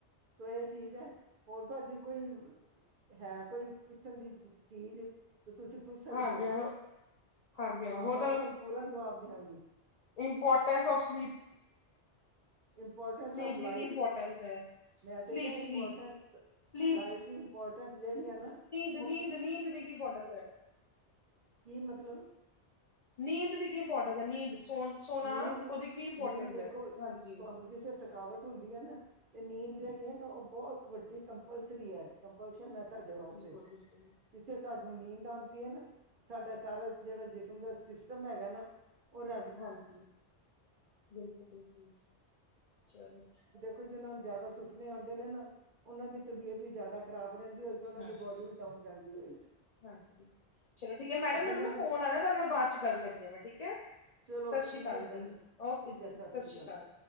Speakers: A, on the right; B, on the left.
A: ਸੋ ਇਹ ਚੀਜ਼ ਏ ਹੋਰ ਤੁਹਾਡੀ ਕੋਈ ਹੈ, ਕੋਈ ਪੁੱਛਣ ਦੀ ਚੀਜ਼ ਤੇ ਤੁਸੀਂ? ਪੁੱਛ ਸਕਦੇ
B: ਹਾਂਜੀ
A: ਹੋ,
B: ਹਾਂਜੀ
A: ਹਾਂ
B: ਹੋਰ
A: ਮੈਂ ਤੁਹਾਨੂੰ ਪੂਰਾ ਜਵਾਬ ਦਿਆਂਗੀ।
B: Importance of sleep
A: importance
B: sleep
A: of ਲਾਈਫ,
B: ਦੀ ਕੀ ਇੰਪੋਰਟੈਂਸ ਹੈ
A: ਮੈਂ ਤਾਂ
B: ਸਲੀਪ
A: ਕਿਹਿਆ ਇੰਪੋਰਟੈਂਸ
B: ਸਲੀਪ ਸਲੀਪ
A: ਲਾਈਫ ਦੀ, ਇੰਪੋਰਟੈਂਸ ਜਿਹੜੀ ਹੈ ਨਾ,
B: ਨੀਦ
A: ਉਹ
B: -ਨੀਦ ਦੀ ਕੀ ਇੰਪੋਟਰਸ ਪਡ ਸ
A: ਕੀ ਮਤਲਬ
B: ਨੀਂਦ ਦੀ ਕੀ ਇੰਪੋਰਟੈਂਸ ਹੈ, ਨੀਂਦ ਸੋ ਸੌਂਣਾ,
A: ਨੀਂਦ
B: ਉਹਦੀ ਕੀ ਇੰਪੋਰਟੈਂਸ
A: ਨੀਂਦ ਦੇਖੋ
B: ਹੈ
A: ਤੁਹਾਨੂੰ
B: ਹਾਂਜੀ,
A: ਜਿਸੇ ਥਕਾਵਟ ਹੁੰਦੀ ਹੈ ਨਾ, ਤੇ ਨੀਂਦ ਜਿਹੜੀ ਹੈ ਨਾ, ਉਹ ਬਹੁਤ ਵੱਡੀ ਕੰਪਲਸਰੀ ਹੈ। ਕੰਪਸਲ ਹੈ ਸਾਡੇ ਵਾਸਤੇ,
B: ਬਿਲਕੁਲ ਬਿਲਕੁਲ
A: ਜਿੱਥੇ ਸਾਨੂੰ ਨੀਂਦ ਆਉਂਦੀ ਹੈ ਨਾ, ਸਾਡਾ ਸਾਰਾ, ਜਿਹੜਾ ਜਿਸਮ ਦਾ ਸਿਸਟਮ ਹੈਗਾ ਨਾ ਰ
B: ਹਾਂਜੀ, ਬਿਲਕੁਲ- ਬਿਲਕੁਲ ਚਲੋ।
A: ਜਿਨਾ ਨੂੰ, ਜ਼ਿਆਦਾ ਸੁਫਨੇ ਆਉਂਦੇ ਨੇ ਨਾ, ਉਹਨਾਂ ਦੀ ਤਬੀਅਤ ਵੀ ਜ਼ਿਆਦਾ ਖਰਾਬ, ਰਹਿੰਦੀ ਹੋਏਗੀ, ਉਹਨਾਂ
B: ਹਾਂਜੀ
A: ਦੀ ਬੋਡੀ ਵੀ ਡਾਊਨ ਜਾਂਦੀ ਹੋਏਗੀ
B: ਹਾਂਜੀ, ਚਲੋ ਠੀਕ ਹੈ ਮੈਡਮ,
A: ਔਰ ਜਿਹਨਾਂ
B: ਮੈਨੂੰ ਨਾ
A: ਨੂੰ
B: ਫੋਨ ਆ ਰਿਹਾ ਨਾਲ, ਬਾਅਦ ਚ ਗੱਲ ਕਰਦੀ ਹਾਂ, ਮੈਂ ਠੀਕ ਐ। ਸਤਿ
A: ਚਲੋ
B: ਸ਼੍ਰੀ
A: ਠੀਕ
B: ਅਕਾਲ,
A: ਹੈ ਮੈਡਮ
B: ਜੀ ਓਕੇ
A: ਠੀਕ
B: ਜੀ,
A: ਹੈ
B: ਸਤਿ
A: ਸ੍ਰੀ
B: ਸ਼੍ਰੀ ਅਕਾਲ।